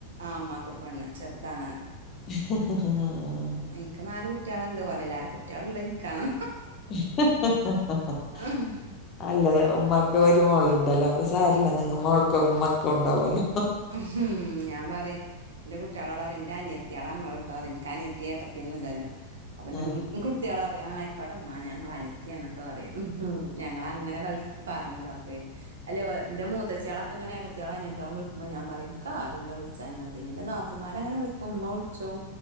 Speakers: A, on the right; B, on the left.
A: ആ മ്മക്കൊരു പെണ്ണ്, ചെറുതാണ്.
B: <unintelligible>
A: ഇന്ക് നാല് കുട്ടിയാളുണ്ട്, ഓലെലാറെ കുട്ട്യാൾള്ളത് ഇൻകാണ്.
B: <unintelligible>
A: ഉം
B: നല്ലത്. ഉമ്മക്ക് ഒരു മോളുണ്ടല്ലോ. അപ്പൊ സാരല്ല നിങ്ങ മോൾക്കെന്നും മക്കളുണ്ടാവല്ലോ. !
A: ഹും. ഞാൻ പറിം, ന്റെ കുട്ടിയാളോട് പറിം ന്റനിയത്തിയാളങ്ങള് ട്ടോറിം. ഇൻകനി ത്തി, ഏട്ടത്തി ഒന്നും ഇല്ലല്ലോ! അപ്പന്റെ
B: ആഹ്
A: കു കുട്ട്യാൾ പറിം, ആയിക്കോട്ടെമ്മ ഞാൻ ങ്ങളെ അനിയത്തിയാണ് ട്ടോറിം. ഹും ഞങ്ങളങ്ങനെ കളി പറഞ്ഞതാപ്പെയ്, അല്ലേയ് ന്റെ മൂത്തച്യാളൊക്കെ ഇങ്ങനെ ഏട്ടത്തിയാളും അനിയത്തിയാളും വിളിക്ക് മ്പം ഞാൻ പറിം ഇൻക്ക് ആരുല്ല വിളിച്ചാന് <unintelligible> പിന്നെന്റെ നാത്തൂൻമാരങ്ങനെ വിളിക്കും ഇമ്മ വിളിച്ചും